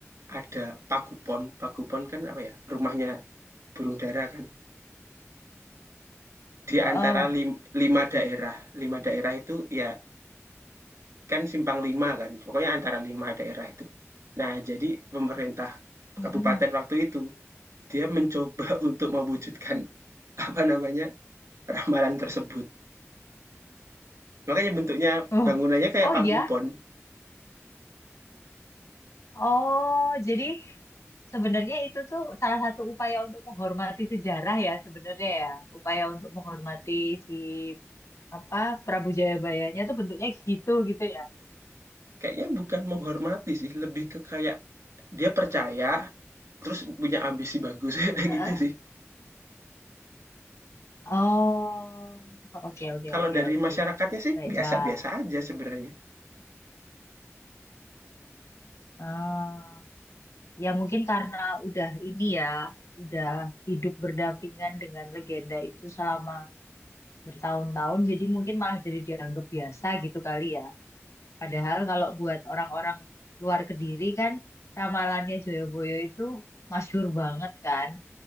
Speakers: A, on the right; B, on the left.
A: ada Pagupon. Pagupon kan apa ya, rumahnya burung dara kan. Di
B: Heeh.
A: antara lim 5 daerah, 5 daerah itu ya kan Simpang lima kan, pokoknya antara 5 daerah itu. Nah, jadi pemerintah
B: Mm-mm.
A: kabupaten waktu itu, dia mencoba <laughs> untuk mewujudkan, apa namanya, Ramalan tersebut. Makanya bentuknya
B: Oh,
A: bangunannya kayak
B: oh ya.
A: pagupon.
B: Oh, jadi sebenarnya itu tuh salah satu upaya untuk menghormati sejarah ya sebenarnya ya. Upaya untuk menghormati si apa Prabu Jayabayanya tuh bentuknya gitu gitu ya.
A: Kayaknya bukan menghormati sih, lebih ke kayak dia percaya, terus punya ambisi bagus, <laughs>
B: Heeh.
A: gitu sih.
B: Oh, oke oke
A: Kalau
B: oke
A: dari
B: oke.
A: masyarakatnya sih
B: Baiklah.
A: biasa-biasa aja sebenarnya.
B: Ah, ya mungkin karena udah ini ya, udah hidup berdampingan dengan legenda itu selama bertahun-tahun jadi mungkin malah jadi dianggap biasa gitu kali ya. Padahal kalau buat orang-orang luar Kediri kan ramalannya Joyoboyo itu masyhur banget kan.